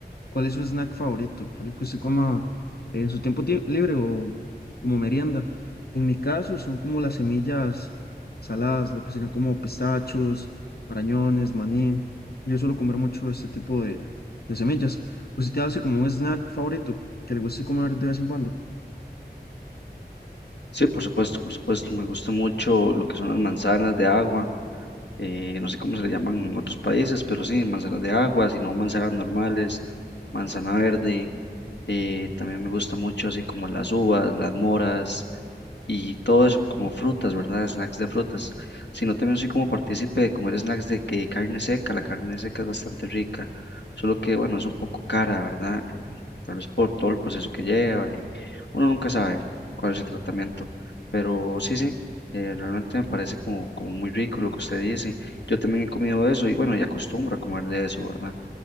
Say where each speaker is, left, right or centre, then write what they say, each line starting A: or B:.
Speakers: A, on the left; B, on the left.
A: ¿Cuál es su snack favorito? Algo que usted coma en su tiempo tie- libre o como merienda. En mi caso son como las semillas saladas, lo que serían como pistachos, marañones, maní. Yo suelo comer mucho este tipo de, de semillas. ¿Usted hace como un snack favorito que le guste comer de vez en cuando?
B: Sí, por supuesto, por supuesto, me gusta mucho lo que son las manzanas de agua, eh, no sé cómo se le llaman en otros países, pero sí, manzanas de agua, si no manzanas normales, manzana verde, eh, también me gusta mucho así como las uvas, las moras y todo eso, como frutas, ¿verdad? Snacks de frutas, sino también soy como partícipe de comer snacks de que carne seca, la carne seca es bastante rica, solo que bueno, es un poco cara, ¿verdad? Eh, Tal vez por todo el proceso que lleva y uno nunca sabe cuál es el tratamiento, pero sí, sí, eh, realmente me parece como, como muy rico lo que usted dice. Yo también he comido eso y bueno, y acostumbro a comer de eso, ¿verdad?